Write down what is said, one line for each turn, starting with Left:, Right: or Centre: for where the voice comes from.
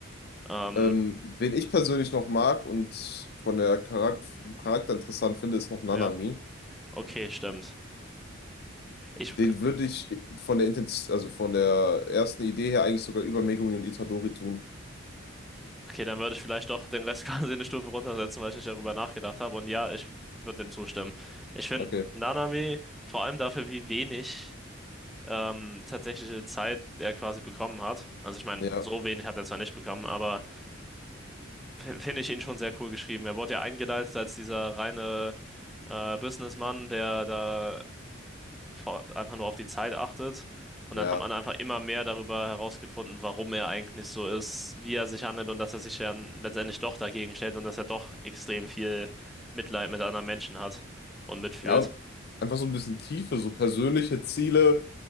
Centre: Ähm,
Left: Ähm, wen ich persönlich noch mag und von der Charak vom Charakter interessant finde, ist noch Nanami.
Centre: Ja, okay, stimmt. Ich,
Left: Den würde ich von der Intens also von der ersten Idee her eigentlich sogar über Megumi und Itadori tun.
Centre: okay, dann würde ich vielleicht doch den Rest <laughs> quasi eine Stufe runtersetzen, weil ich nicht darüber nachgedacht habe. Und ja, ich würde dem zustimmen. Ich finde
Left: Okay.
Centre: Nanami vor allem dafür, wie wenig ähm, tatsächliche Zeit er quasi bekommen hat. Also ich meine,
Left: Ja,
Centre: so wenig hat er zwar nicht bekommen, aber f- finde ich ihn schon sehr cool geschrieben. Er wurde ja eingeleitet als dieser reine äh, Businessman, der da vor- einfach nur auf die Zeit achtet. Und
Left: ja,
Centre: dann hat man einfach immer mehr darüber herausgefunden, warum er eigentlich so ist, wie er sich handelt und dass er sich dann letztendlich doch dagegen stellt und dass er doch extrem viel Mitleid mit anderen Menschen hat und mitfühlt.
Left: ja. Und einfach so ein bisschen Tiefe, so persönliche Ziele,